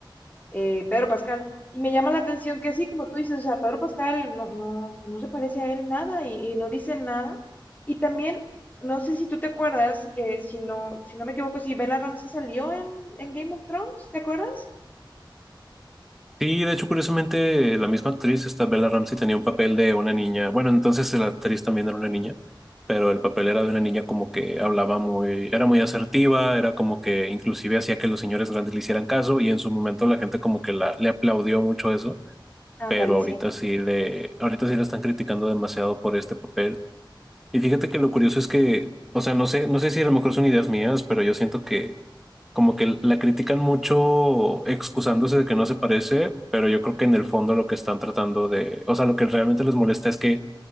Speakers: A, on the left; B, in the centre.
A: eh, Pedro Pascal. Y me llama la atención que sí, como tú dices, o sea, Pedro Pascal no, no, pues no se parece a él nada y, y no dice nada. Y también, no sé si tú te acuerdas que si no, si no me equivoco, si Bella Ramsey salió en, en Game of Thrones, ¿te acuerdas?
B: Sí, de hecho, curiosamente, la misma actriz, esta Bella Ramsey, tenía un papel de una niña. Bueno, entonces la actriz también era una niña, pero el papel era de una niña como que hablaba muy, era muy asertiva, era como que inclusive hacía que los señores grandes le hicieran caso y en su momento la gente como que la, le aplaudió mucho eso,
A: Ándale,
B: pero ahorita
A: sí.
B: sí le, ahorita sí la están criticando demasiado por este papel. Y fíjate que lo curioso es que, o sea, no sé, no sé si a lo mejor son ideas mías, pero yo siento que como que la critican mucho excusándose de que no se parece, pero yo creo que en el fondo lo que están tratando de, o sea, lo que realmente les molesta es que